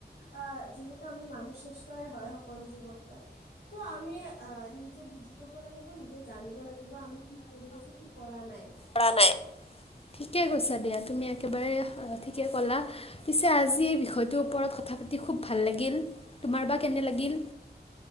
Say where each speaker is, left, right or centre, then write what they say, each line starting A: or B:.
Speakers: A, on the left; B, on the left.
A: আহ যিহেতু আমি মানুহ শ্ৰেষ্ঠই হয় সকলো জীৱতকৈ, ত আমি আহ নিজে বুজি পাব লাগিব, নিজে জানিব লাগিব, আমি কি কৰি আছো কি কৰা নাই?
B: কৰা নাই? ঠিকে কৈছা, দিয়া তুমি একেবাৰে ঠিকে কলা পিছে আজি এই বিষয়টোৰ ওপৰত কথা পাতি খুব ভাল লাগিল, তোমাৰ বা কেনে লাগিল?